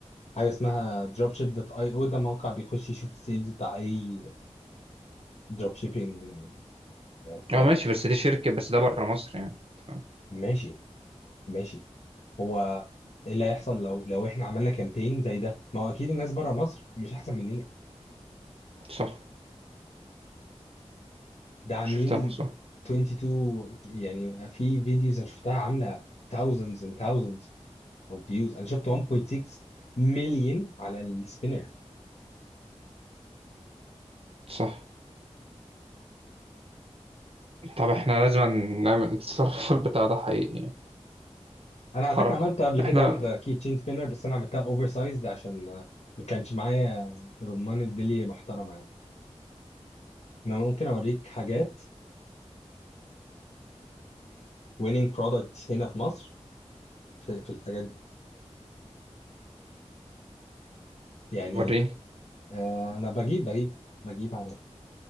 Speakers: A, on the left; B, on the right.
A: حاجه اسمها دروب شيب دوت اي او ده موقع بيخش يشوف السيلز بتاع اي دروب شيبينج بتاع
B: اه ماشي
A: ده
B: بس دي شركه بس ده بره مصر يعني أنت فاهم؟
A: ماشي ماشي هو ايه اللي هيحصل لو لو احنا عملنا كامبين زي ده ما هو اكيد الناس بره مصر مش احسن مننا
B: صح
A: ده عاملين
B: شفتها صح
A: 22 يعني في فيديوز انا شفتها عامله thousands and thousands of views انا شفت 1.6 مليون على السبينر
B: صح طب احنا لازم نعمل نتصرف في البتاع ده حقيقي يعني
A: انا على
B: الحركه
A: فكره عملت قبل
B: احنا
A: كده واحده كي تشين سبينر بس انا عملتها اوفر سايزد عشان آه، ما كانش معايا رمان بلي محترمه يعني انا ممكن اوريك حاجات ويننج برودكتس هنا في مصر في, في الحاجات دي يعني
B: وريني
A: آه، انا بجيب بجيب بجيب على